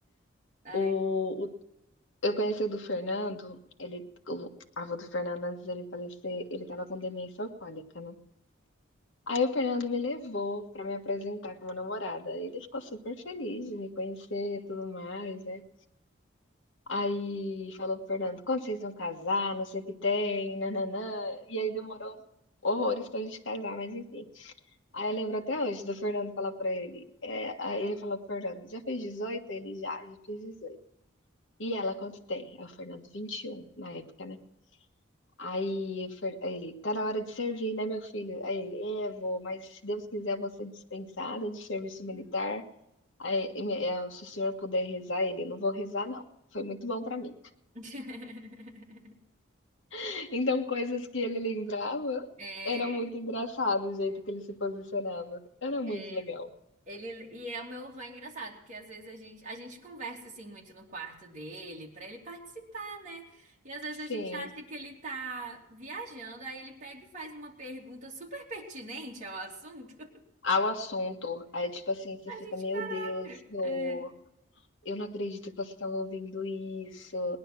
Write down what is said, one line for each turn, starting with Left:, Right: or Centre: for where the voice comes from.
Right: Ai.
Left: o o eu conheci o do Fernando, ele o avô do Fernando antes dele falecer, ele estava com demência alcoólica, né. Aí o Fernando me levou pra me apresentar como namorada, ele ficou super feliz de me conhecer e tudo mais, né. Aí falou para o Fernando: "Quando vocês vão casar, não sei o que tem, nananã. e aí demorou horrores pra gente casar, mas enfim. Aí eu lembro até hoje do Fernando falar pra ele, eh, aí ele falou para o Fernando: "Já fez 18?" Ele: "Já, já fiz 18". E ela quanto tem? Aí o Fernando 21 na época, né. Aí o Fer aí ele: "Tá na hora de servir, né, meu filho?" Aí ele: "É, vô, mas se Deus quiser você ser dispensado do serviço militar, aí e me eh, se o senhor puder rezar", ele: "Eu não vou rezar não, foi muito bom pra mim".
Right: <laughs>
Left: <laughs> Então coisas que ele lembrava,
Right: É,
Left: era muito engraçado o jeito que ele se posicionava, era muito
Right: é.
Left: legal.
Right: Ele, e é o meu avô é engraçado, porque às vezes a gente, a gente conversa assim muito no quarto dele, pra ele participar, né? E às vezes
Left: Sim,
Right: a gente acha que ele tá viajando, aí ele pega e faz uma pergunta super pertinente ao assunto. <laughs>
Left: ao assunto, aí tipo assim, você
Right: A
Left: fica:
Right: gente,
Left: "Meu
Right: caraca,
Left: Deus, vô,
Right: é,
Left: Eu não acredito que você estava ouvindo isso.